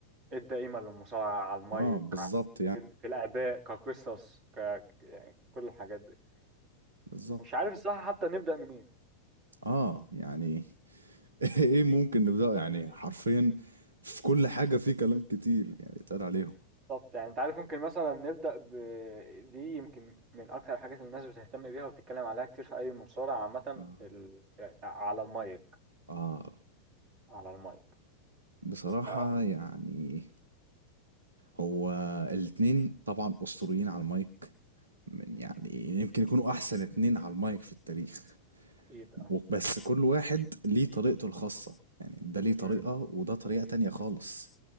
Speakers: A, on the right; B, on the right.
A: ادى قيمة للمصارعة على المايك
B: اه بالظبط
A: على-
B: يعني
A: في, في الاداء كقصص ك يعني كل الحاجات دي
B: بالظبط
A: مش عارف الصراحة حتى نبدأ منين
B: اه يعني <laughs> ايه ممكن نبدأ يعني حرفيا في كل حاجة في كلام كتير يعني اتقال عليهم
A: بالظبط يعني انت عارف ممكن مثلا نبدأ ب دي يمكن من اكتر الحاجات اللي الناس بتهتم بيها وبتتكلم عليها كتير في اي مصارعة عامة
B: اه
A: ال... على المايك
B: اه
A: على المايك
B: بصراحة
A: اه
B: يعني هو الاتنين طبعا أسطوريين على المايك من يعني يمكن يكونوا احسن اتنين على المايك في التاريخ
A: اكيد اه
B: و- بس كل واحد ليه طريقته الخاصة يعني ده ليه طريقة
A: امم
B: وده طريقة تانية خالص